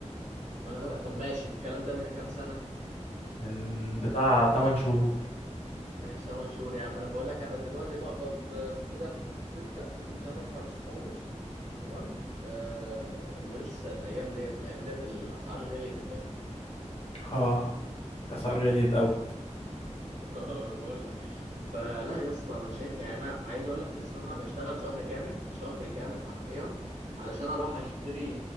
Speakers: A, on the right; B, on the left.
A: ما أنا بقى طب ماشي الكلام ده من كام سنة
B: من بتاع 8 شهور
A: ماشي 8 شهور يا عم انا بقول لك انا دلوقتي بقبض آه، اسمه ده 6 ممكن ساعات ارفع ل 6 ونص تمام أه ولسه الايام ديت الايام ديت الاسعار غليت يا باشا
B: اه الاسعار غليت اوي
A: <laughs> اه بقول لك فلا يا اسطى انا شايف يعني انا عايز اقول لك يا اسطى ان انا بشتغل شهر كامل شهر كامل حرفيا علشان اروح اشتري